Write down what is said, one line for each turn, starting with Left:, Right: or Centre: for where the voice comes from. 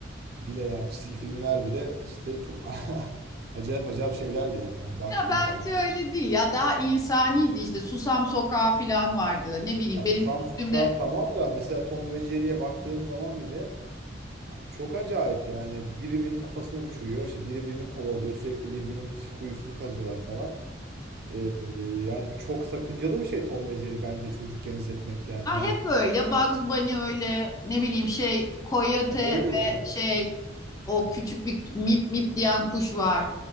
Right: bile yani çizgi filmler bile işte çok <laughs> acayip acayip şeylerdi yani hani baktığın
Left: Ya bence
Right: zaman.
Left: öyle değil ya daha insaniydi işte Susam Sokağı falan vardı ne bileyim
Right: Ya Susam
Left: benim küçüklüğümde
Right: Sokağı tamam da mesela Tom ve Jerry'ye baktığın zaman bile ay çok acayip yani biri birinin kafasını uçuruyor işte biri birini kovalıyor sürekli birbirinin kuyusunu kazıyorlar falan. Ee, yani çok sakıncalı bir şey Tom ve Jerry bence çocukken izletmek yani
Left: Ay
Right: hani.
Left: hep öyle Bugs Bunny öyle ne bileyim şey Coyote
Right: Ya öyle
Left: ve
Right: canım.
Left: şey o küçük bir mip mip diyen kuş var